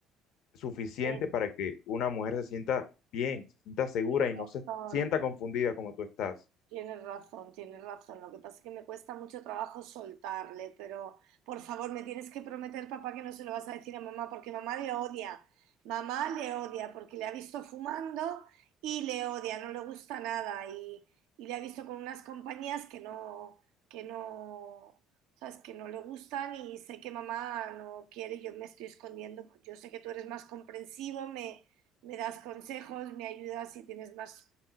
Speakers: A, on the left; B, on the right.
A: suficiente
B: Eh,
A: para que una mujer se sienta bien, se sienta segura
B: tengo
A: y
B: razón.
A: no se sienta confundida como tú estás.
B: Tienes razón, tienes razón. Lo que pasa es que me cuesta mucho trabajo soltarle, pero por favor, me tienes que prometer, papá, que no se lo vas a decir a mamá, porque mamá le odia. Mamá le odia porque le ha visto fumando y le odia, no le gusta nada y, y le ha visto con unas compañías que no, que no, sabes, que no le gustan y sé que mamá no quiere, y yo me estoy escondiendo. Yo sé que tú eres más comprensivo, me, me das consejos, me ayudas y tienes más